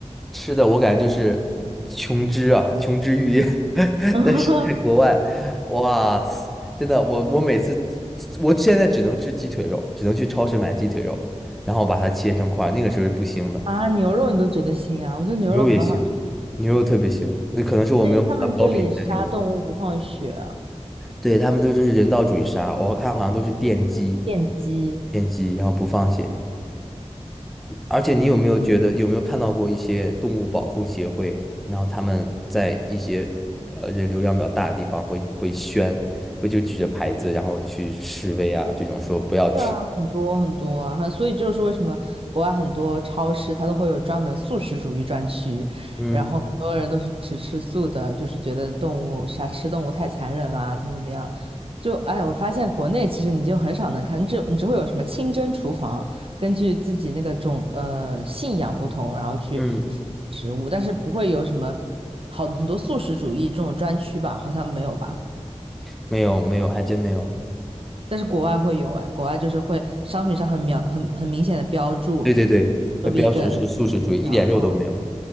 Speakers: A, in the centre; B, on the right.
A: 吃的我感觉就是琼脂啊，琼脂玉液。<laughs>
B: <laughs>
A: 但是在国外，哇塞，真的，我我每次，我现在只能吃鸡腿肉，只能去超市买鸡腿肉，然后把它切成块儿那个时候是不腥的，
B: 啊，牛肉你都觉得腥啊？我觉得牛肉可好吃，
A: 牛肉也腥，牛肉特别腥。那可能是我没有买到高品质的牛肉。
B: 因为他们这里杀动物不放血，
A: 对，他们都就是人道主义杀，我看好像都是电击，
B: 电机，
A: 电击，然后不放血。而且你有没有觉得，有没有看到过一些动物保护协会，然后他们在一些呃人流量比较大的地方会会宣，会就举着牌子，然后去示威啊，这种说不要吃。
B: 对啊，很多很多啊，还所以就是为什么国外很多超市它都会有专门素食主义专区，
A: 嗯
B: 然后很多人都是只吃素的，就是觉得动物杀吃动物太残忍啦，怎么怎么样。就哎，我发现国内其实你就很少能看，你只你只会有什么清真厨房，根据自己那个种呃信仰不同，然后去
A: 嗯，
B: 食物，但是不会有什么好很多素食主义这种专区吧？好像没有吧？
A: 没有没有，还真没有。
B: 但是国外会有哎，国外就是会商品上很描很很明显的标注
A: 对对对，会标识是素食主义，
B: 是 vegan 素食这样，
A: 一点肉都没有。
B: 嗯，